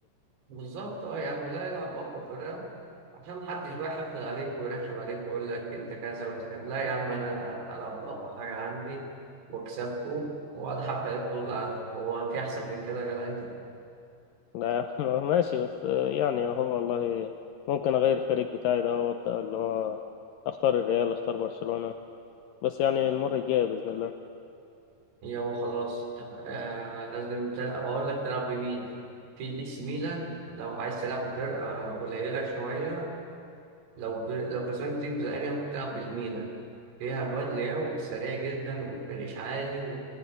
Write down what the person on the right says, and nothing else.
بالظبط اه يا عم لا العب باقوى فرقه عشان محدش بقى يحفل عليك ويرخم عليك ويقول لك انت كذا وانت كذا لا يا عم انا هلعب باقوى حاجه عندي واكسبكم واقعد احفل عليك طول القعده هو في احسن من كده يا جدع انت
يابا خلاص طب آه لازم تلعب اقول لك تلعب بمين في الدي سي ميلان لو عايز تلعب بفرقه قليله شويه لو ب... لو كسبان كتير زي ممكن تلعب بالميلان فيها الواد لياو سريع جدا والفينش عالي